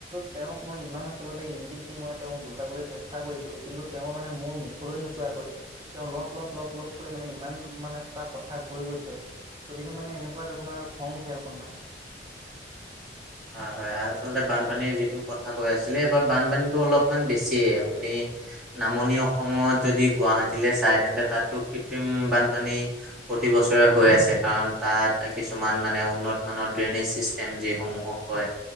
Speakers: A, on the right; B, in the centre.
A: তেওঁক মই ইমান আচলতে ইংগিত দি মই তেওঁক বুজাবলৈ চেষ্টা কৰিছো। কিন্তু তেওঁ মানে মোৰ মুখলৈ নোচোৱাকৈ তেওঁ লগপ-লগপ-লগপ-লগপ কৈ মানে ইমান মানে সোপা কথা কৈ গৈছে। গতিকে মানে এনেকুৱাত আপোনাৰ খং উঠে অকনমান।
B: হয়, হয়, আচলতে বানপানীৰ যিটো কথা কৈ আছিলে, এইবাৰ বানপানীতটো অলপমান বেছিয়েই। আপুনি নামনি অসমত যদি গুৱাহাটীলৈ চাই তেন্তে তাতো কৃত্ৰিম বানপানী প্ৰতিবছৰে হৈ আছে, কাৰণ তাত কিছুমান মানে উন্নতমানৰ ড্ৰেইনেজ ছিষ্টেম যিসমূহক কয়,